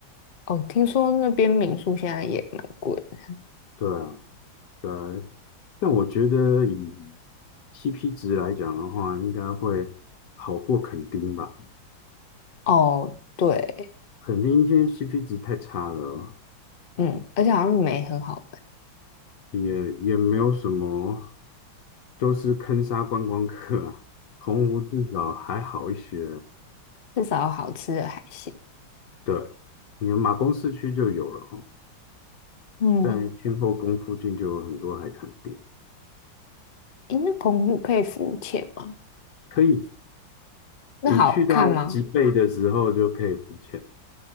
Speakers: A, on the left; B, on the left.
A: 哦，听说那边民宿现在也蛮贵的
B: 对啊，对啊，但我觉得以 CP 值来讲的话，应该会好过垦丁吧。
A: 哦，对，
B: 垦丁今天 CP 值太差了。
A: 嗯，而且好像没很好玩，
B: 也也没有什么，都是坑杀观光客啊。洪湖至少还好一些，
A: 至少有好吃的海鲜。
B: 对，你马公市区就有了哦，
A: 嗯，
B: 在天后宫附近就有很多海滩店，
A: 诶，那澎湖可以浮潜吗？
B: 可以，
A: 那好看吗？
B: 你去到吉贝的时候就可以浮潜。